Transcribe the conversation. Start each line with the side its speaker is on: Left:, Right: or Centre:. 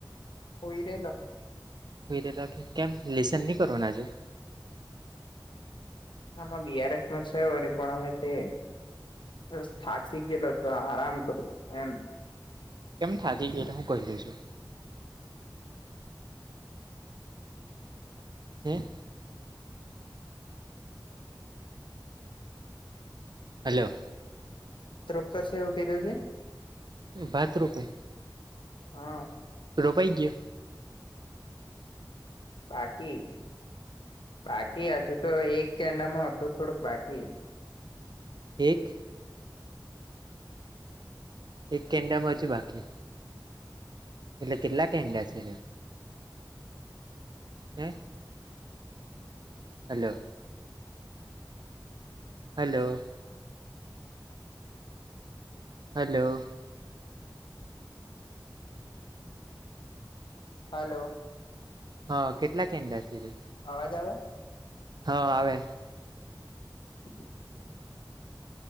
Left: હોયરેલો.
Right: રટ કેમ લેસન નહીં કરવાનાજે.
Left: હામાં બીઆરએફ માં છે પણ હવે તે થઠાકસી ગેલા તો આરામ કરું એમ.
Right: કેમ થાર્ટી એટ હું ક દઈ છું. હમ. હલો.
Left: તૃપ્ છે એવું કીધું તે.
Right: ભાથ રૂપે.
Left: હા.
Right: રોપાઈ ગ્યો.
Left: બાકી બાકી હજુ તો એક કેાંડામાં અડધો થોડુંક બાકી.
Right: એક એક કેન્ડડામાંજી બાકી. એટલે કેટલા કેંડા છે હે. હલો. હલો. હલો.
Left: હલો.
Right: હ અ કેટલા કેન્ડ <unintelligible>
Left: અવાજ આવે.
Right: હા આવે.
Left: <inaudible>